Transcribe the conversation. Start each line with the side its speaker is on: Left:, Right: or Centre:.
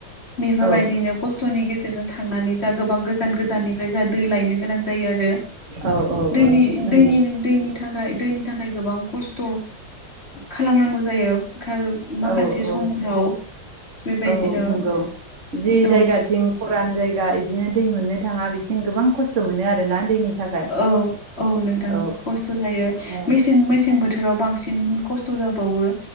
Left: बेफोरबायदिनो
Right: औ
Left: खस्थ'नि गेजेरजों थांनानै जों गोबां गोजान गोजाननिफ्राय जा दै लायनो गोनां जायो आरो।
Right: औ औ
Left: दैनि
Right: औ नंगौ
Left: दैनिनि दै नि थाखाय दैनि थाखाय गोबां खस्थ' खालामनांगौ जायो माखासे
Right: औ औ
Left: समफ्राव बेबायदिनो
Right: औ नंगौ जि
Left: औ
Right: जायगाथिं खरान जायगा बिदिनो दै मोननो थाङा बिथिं गोबां खस्थ' मोनो आरोना दैनि थाखाय
Left: औ औ नोंथां
Right: औ
Left: खस्थ' जायो
Right: औ
Left: मेसें मेसें बोथोराव बांसिन बिन खस्थ' जाबावो